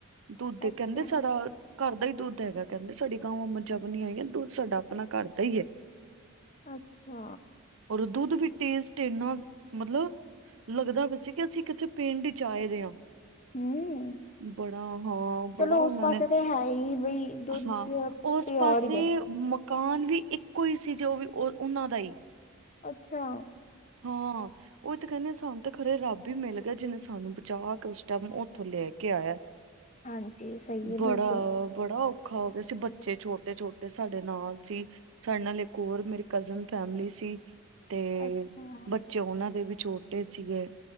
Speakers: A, on the right; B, on the left.
A: ਦੁੱਧ
B: ਅੱਛਾ
A: ਕੈਂਦੇ ਸਾਡਾ ਘਰ ਦਾ ਈ ਦੁੱਧ ਹੈਗਾ ਕੈਂਦੇ ਸਾਡੀ ਗਾਵਾਂ ਮੱਝਾਂ ਬਨੀਆਂ ਹੋਈਆਂ ਦੁੱਧ ਸਾਡਾ ਅਪਣਾ ਘਰ ਦਾ ਈ ਹੈ ਐ।
B: ਅੱਛਾ।
A: ਓਰ ਦੁੱਧ ਵੀ ਟੇਸਟ ਏਨਾ ਮਤਲਬ ਲੱਗਦਾ ਪਿਆ ਸੀ ਕਿ ਅਸੀਂ ਕਿੱਥੇ ਪਿੰਡ ਚ ਆਏ ਦੇ ਆ।
B: ਹਮ
A: ਬੜਾ ਹਾਂ
B: ਚਲੋ
A: ਬੜਾ
B: ਉਸ
A: ਉਨਾਂ
B: ਪਾਸੇ
A: ਨੇ,
B: ਤੇ ਹੈ ਹੀ ਬਈ ਦੁੱਧ
A: ਹਾਂ
B: ਪਿਓਰ
A: ਓਸ
B: ਪਿਓਰ
A: ਪਾਸੇ
B: ਹੀ ਹੈ
A: ਮਕਾਨ ਵੀ ਇੱਕੋ ਈ ਸੀ ਜੋ ਵੀ ਓਨਾਂ ਦਾ ਈ।
B: ਅੱਛਾ।
A: ਹਾਂ। ਓਈ ਤੇ ਕੈਨੇ ਆ ਸਾਨ ਤੇ ਖਰੇ ਰੱਬ ਈ ਮਿਲ ਗਯਾ ਜਿਨੇ ਸਾਨੂੰ ਬਚਾ ਕੇ ਓਸ ਟਾਈਮ ਉੱਥੋਂ ਲੈ ਕੇ ਆਇਆ।
B: <inaudible> ਸਹੀ ਹੈ
A: ਬੜਾ,
B: ਬਿਲਕੁਲ
A: ਬੜਾ ਓਖਾ ਹੋ ਗਿਆ ਸੀ, ਬੱ ਚੇ ਛੋਟੇ-ਛੋਟੇ ਸਾਡੇ ਨਾਲ ਸੀ, ਸਾਡੇ ਨਾਲ ਇੱਕ ਓਰ ਮੇਰੀ ਕਜ਼ਨ ਫੈਮਲੀ ਸੀ ਤੇ
B: ਅੱਛਾ
A: ਬੱਚੇ ਉਨਾਂ ਦੇ ਵੀ ਛੋਟੇ ਸੀਗੇ।